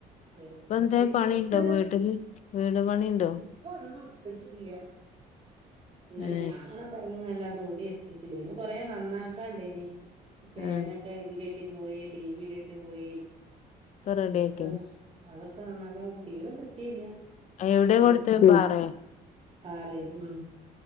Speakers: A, on the right (about 35°); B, on the left (about 45°).
A: വെരൊള്ളു.
B: ഇപ്പൊ എന്തേ
A: ഈ
B: പണിണ്ടോ
A: ചിപ്സിലും.
B: വീട്ടില് വീട് പണിണ്ടോ
A: ഇപ്പൊ ഒന്നും ഇട്ത്തിട്ടില്ല്യ ങ്ങനെ
B: ഏ
A: ഞാങ്ങന പറഞ്ഞ് നല്ലാതെ ഔടിയെത്തിട്ടില്ലെ ഇനി കൊറെ നന്നാക്കാണ്ടേനി ഫേനൊക്കെ
B: ആ
A: ഇടി ട്ടി പോയി, ടി വി ഇട്യൊട്ട് പോയി
B: ഒക്കെ റെഡിയാക്കിയോ
A: ബുക്ക് അതൊക്കെ നന്നാക്കാൻ ടി വ്യൊന്നും കിട്ടീല്ല.
B: എവിടെ
A: കൊ.
B: കൊടുത്തെ പാറേ
A: ആറേല് ഉം